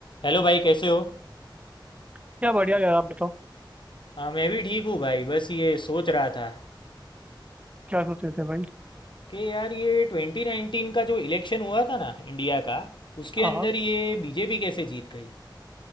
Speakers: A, on the left (about 70°); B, on the right (about 15°).
A: हेलो भाई कैसे हो
B: क्या बढ़िया यार आप बताओ
A: हाँ मैं भी ठीक हूँ भाई बस ये सोच रहा था
B: क्या सोच रहे थे भाई
A: कि यार ये 2019 का जो इलेक्शन हुआ था ना इंडिया का उसके
B: हाँ
A: अंदर
B: हाँ
A: ये बीजेपी कैसे जीत गई